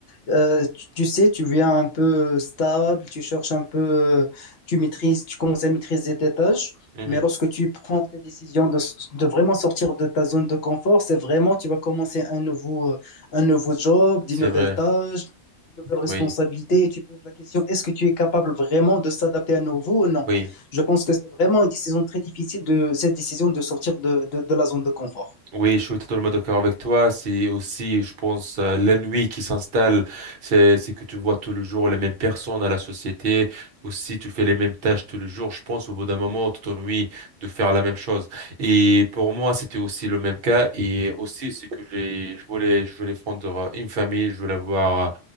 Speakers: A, on the left; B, on the right.
A: Euh, tu, tu sais, tu viens un peu stable, tu cherches un peu, euh, tu maîtrises, tu commences à maîtriser tes tâches,
B: mhm,
A: mais
B: mhm.
A: lorsque tu prends tes décisions de, s- de vraiment sortir de ta zone de confort, c'est vraiment, tu vas commencer un nouveau, euh, un nouveau job, des
B: C'est
A: nouvelles
B: vrai.
A: tâches, des nouvelles responsabilités,
B: Oui,
A: et tu poses la question, est-ce que tu es capable vraiment de s'adapter à nouveau ou non?
B: oui.
A: Je pense que c'est vraiment une décision très difficile de cette décision de sortir de, de, de la zone de confort.
B: Oui, je suis totalement d'accord avec toi. C'est aussi, je pense, euh, l'ennui qui s'installe. C'est, c'est que tu vois tous les jours les mêmes personnes à la société. Aussi, tu fais les mêmes tâches tous les jours. Je pense, au bout d'un moment, tu t'ennuies de faire la même chose. Et pour moi, c'était aussi le même cas. Et aussi, c'est que j'ai, je voulais, je voulais fonder une famille. Je voulais avoir